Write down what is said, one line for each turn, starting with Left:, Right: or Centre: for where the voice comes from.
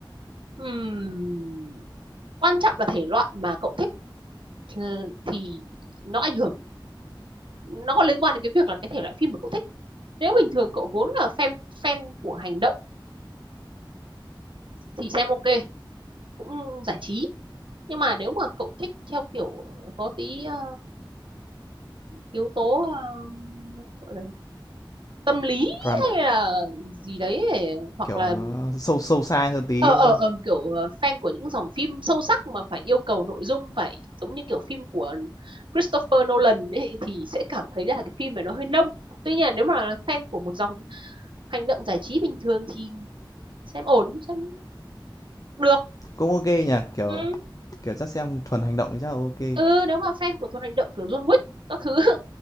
Right: Ừm, quan trọng là thể loại mà cậu thích ờ, thì nó ảnh hưởng nó có liên quan đến cái việc là cái thể loại phim mà cậu thích nếu bình thường cậu vốn là fan fan của hành động thì xem ok cũng giải trí nhưng mà nếu mà cậu thích theo kiểu có tí ờ, yếu tố ờ, gọi là tâm lý
Left: Ram
Right: hay là gì đấy để- hoặc
Left: kiểu
Right: là
Left: nó sâu sâu xa hơn tí
Right: ờ
Left: đúng
Right: ờ
Left: không
Right: ờ kiểu ờ, fan của những dòng phim sâu sắc mà phải yêu cầu nội dung phải giống như kiểu phim của Christopher Nolan ấy, thì sẽ cảm thấy là cái phim này nó hơi nông tuy nhiên nếu mà là fan của một dòng hành động giải trí bình thường thì xem ổn xem được
Left: cũng ok nhỉ kiểu
Right: ừ,
Left: kiểu chắc xem thuần hành động thì chắc là ok
Right: ừ nếu mà fan của Thuần Hành Động kiểu John Wick các thứ